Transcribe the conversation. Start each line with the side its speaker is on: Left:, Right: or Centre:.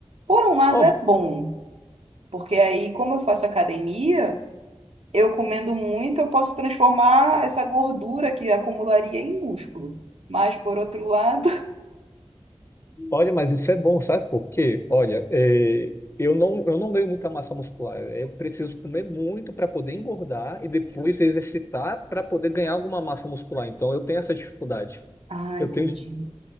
Right: Por um lado
Left: Ó,
Right: é bom, porque aí, como eu faço academia. eu comendo muito, eu posso transformar essa gordura que acumularia em músculo. Mas, por outro lado. <laughs>
Left: Olha, mas isso é bom, sabe por quê? Olha, é, eu não, eu não ganho muita massa muscular. Eu preciso comer muito para poder engordar e depois exercitar para poder ganhar alguma massa muscular. Então, eu tenho essa dificuldade.
Right: Ah,
Left: Eu
Right: entendi.
Left: tenho,